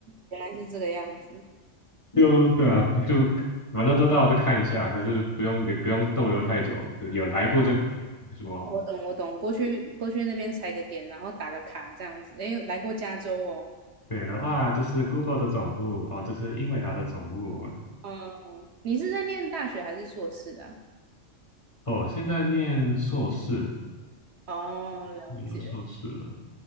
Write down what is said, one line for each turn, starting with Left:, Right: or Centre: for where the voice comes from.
Right: 原来是这个样子。
Left: <laughs> 就对啊，就反正都到了就看一下，可是不用不用逗留太久，有来过就好了。
Right: 哦，
Left: 什么
Right: 我懂我懂，过去过去那边踩个点，然后打个卡这样子。诶，来过加州哦。
Left: 对了，哇，这是 Google 的总部，哦，这是英伟达的总部，
Right: 嗯，你是在念大学还是硕士啊？
Left: 哦，现在念硕士，
Right: 哦，了解。
Left: 念了硕士了，